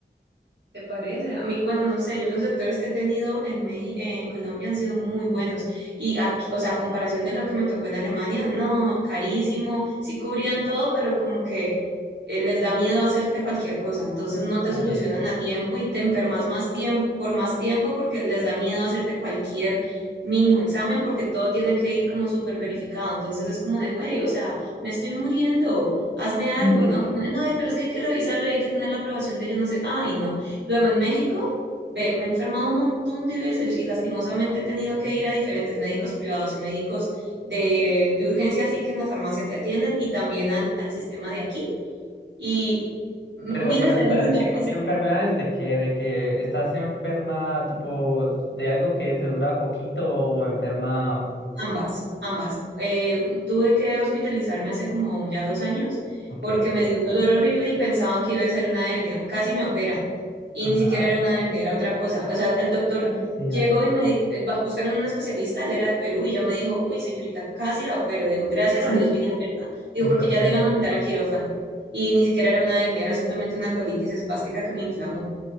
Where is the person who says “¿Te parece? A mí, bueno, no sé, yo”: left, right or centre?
Right